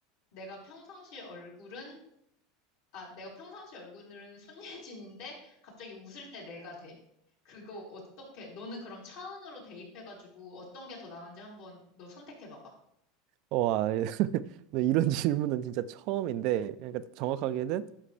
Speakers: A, on the left; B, on the right.
A: 내가 평상시 얼굴은 아, 내가 평상시 얼굴은 손예진인데 갑자기 웃을 때 내가 돼. 그거 어떻게? 너는 그럼 차은으로 대입해가지고 어떤 게 더 나은지 한번 너 선택해봐봐.
B: 어, 와, <laughs> 네, 이런 질문은 진짜 처음인데, 그러니까 정확하게는,